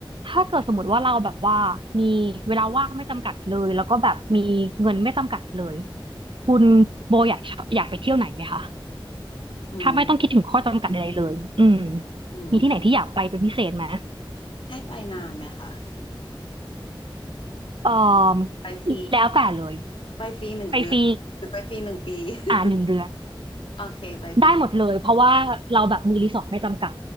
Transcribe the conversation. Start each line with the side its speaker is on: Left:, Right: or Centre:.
Right: ถ้าเกิดสมมติว่าเราแบบว่ามีเวลาว่างไม่จำกัดเลยแล้วก็แบบมีเงินไม่จำกัดเลยคุณโบอยากอยากไปเที่ยวไหนไหมคะ
Left: อืม
Right: ถ้าไม่ต้องคิดถึงข้อจำกัดใดๆเลยอืม
Left: อืมให้
Right: มีที่ไหนที่อยากไปเป็นพิเศษไหม
Left: ให้ไปนานไหมคะ
Right: เอ่อ
Left: ไปฟรี
Right: แล้วแต่เลย
Left: ไปฟรีหนึ่งเดือนหรือไปฟรีหนึ่งปี
Right: ไปฟรี
Left: <laughs>
Right: อ่าหนึ่งเดือน
Left: โอเคไปฟรี
Right: ได้หมดเลยเพราะว่าเราแบบมีรีสอร์ทไม่จำกัด